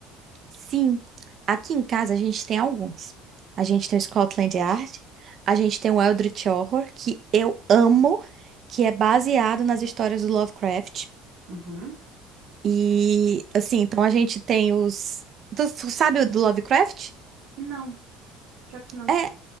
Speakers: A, on the right; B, on the right.
A: Sim, aqui em casa a gente tem alguns. A gente tem o Scotland Yard, a gente tem o Eldritch Horror, que eu amo, que é baseado nas histórias do Lovecraft.
B: Uhum.
A: E assim, então a gente tem os. Tu, tu sabe o do Lovecraft?
B: Não, claro que não.
A: É,